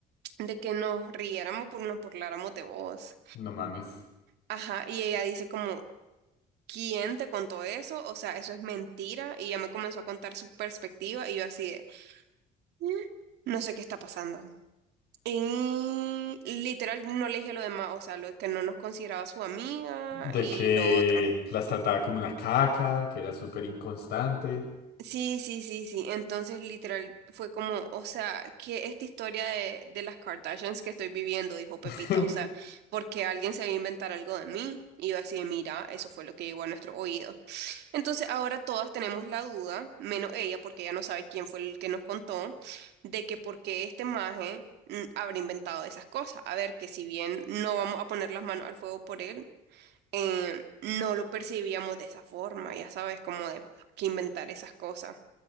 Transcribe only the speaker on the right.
de que nos riéramos, por, nos burláramos de vos.
Ajá, y ella dice como, ¿quién te contó eso? O sea, eso es mentira. Y ya me comenzó a contar su perspectiva y yo así de, "Mm, no sé qué está pasando. Y literal no le dije lo demás, o sea, lo que no nos consideraba su amiga
y
lo otro.
Sí, sí, sí, sí. Entonces literal fue como, o sea, que esta historia de, de las Kardashians que estoy viviendo, dijo Pepita,
o sea, porque alguien se va a inventar algo de mí. Y yo así de, mira, eso fue lo que llegó a nuestro oído. Entonces ahora todas tenemos la duda, menos ella, porque ella no sabe quién fue el que nos contó, de que por qué este maje mm, habrá inventado esas cosas. A ver, que si bien no vamos a poner las manos al fuego por él, eh, no lo percibíamos de esa forma, ya sabes, como de que inventar esas cosas.